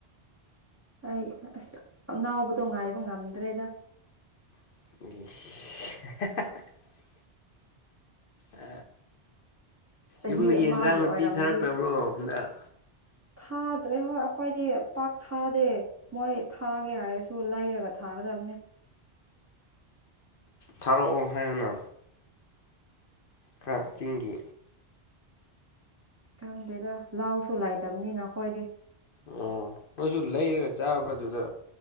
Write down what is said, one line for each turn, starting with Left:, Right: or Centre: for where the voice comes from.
Right: ꯑꯩ ꯑꯁ ꯑꯉꯥꯎꯕꯗꯣ ꯉꯥꯏꯕ ꯉꯝꯗ꯭ꯔꯦꯗ
Left: <inaudible> ꯑ
Right: ꯆꯍꯤ
Left: ꯌꯨꯝꯗꯒꯤ
Right: ꯑꯃꯒꯤ
Left: ꯑꯦꯟꯖꯥꯡ ꯅꯥꯄꯤ
Right: ꯑꯣꯏꯔꯝꯗꯤ
Left: ꯊꯥꯔꯛꯇꯕ꯭ꯔꯣ ꯍꯟꯗꯛ
Right: ꯊꯥꯗ꯭ꯔꯦ ꯍꯣꯏ ꯑꯩꯈꯣꯏꯗꯤ ꯄꯥꯛ ꯊꯥꯗꯦ ꯃꯣꯏ ꯊꯥꯒꯦ ꯍꯥꯏꯔꯁꯨ ꯂꯩꯔꯒ ꯊꯥ ꯊꯥꯒꯗꯕꯅꯦ
Left: ꯊꯥꯔꯛꯑꯣ ꯍꯥꯏꯔꯅ ꯈꯔ ꯆꯤꯡꯒꯤ
Right: ꯈꯪꯗꯦꯗ ꯂꯥꯎꯁꯨ ꯂꯥꯏꯇꯕꯅꯤꯅ ꯈꯣꯏꯗꯤ
Left: ꯑꯣ ꯅꯣꯏꯁꯨ ꯂꯩꯔꯒ ꯆꯥꯕ꯭ꯔꯥ ꯑꯗꯨꯗ